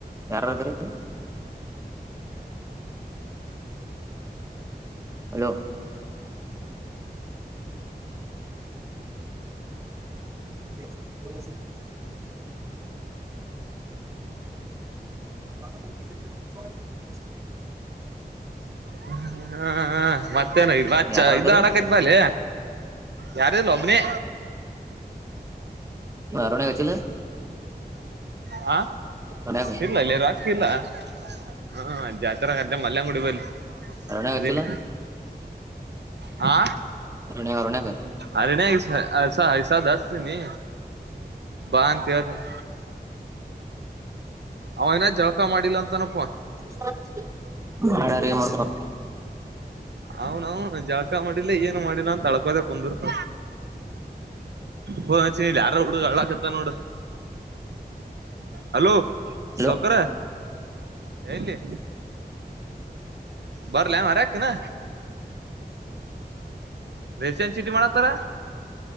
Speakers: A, on the right; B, on the right.
A: ಯಾರಾದ್ರೀ ಹಲೋ <inaudible> <unintelligible>
B: ಹ ಮತ್ತೇನು ಇದಚ್
A: ಯಾರಾರದ್ರಿ
B: ಇದ್ಆಡಕೈತ್ವ ಲೆ ಯಾರು ಇಲ್ಲ ಒಬ್ನೆ.
A: ಅರೋಣ <unintelligible>
B: ಹ
A: ಅರುಣ್ಯಾಗ
B: ಇಲ್ಲ ಲೆ ರಾಕಿ ಇಲ್ಲ. ಹಾ ಜಾತ್ರಾಗ ಮಲ್ಲೇನ ಗುಡಿಬಲ್ಲಿ
A: ಅರುಣ್ಯಾಗ
B: ಅದೇನಿ
A: ಹಚ್ಚಿಲ್ಲ
B: ಹಾ
A: ಅರುಣೆ ಅರುಣ್ಯಾಗ
B: ಅರಣ್ಯಾಗ ಸ ಇಸದ ಹಚ್ಚತಿನಿ ಬಾ ಅಂತ ಹೇಳತಿನಿ ಅವ ಇನ್ ಜಳಕ ಮಾಡಿಲ್ಲ ಅಂತ ಅನಪ
A: <unintelligible>
B: ಅವನೌನ ಜಳಕ ಮಾಡಿಲ್ಲ ಏನು ಮಾಡಿಲ್ಲ ಅಂತ ಅಳ್ಕೋದೆ ಕುಂದರ್ತ ಫೋನ್ ಹಚ್ಚಿದಿಲ್ಲ ಯಾರ ಹುಡುಗ ಅಳಕತ್ತದ ನೋಡ ಹಲೋ
A: ಹಲೋ
B: ಸೌಕಾರ ಎಲ್ಲಿ ಬರಲೇನ ಹೋರಕ್ಕ‌ಇನ್ನಾ ರೇಷನ್ ಚಿಂತಿ ಮಾಡತಾನ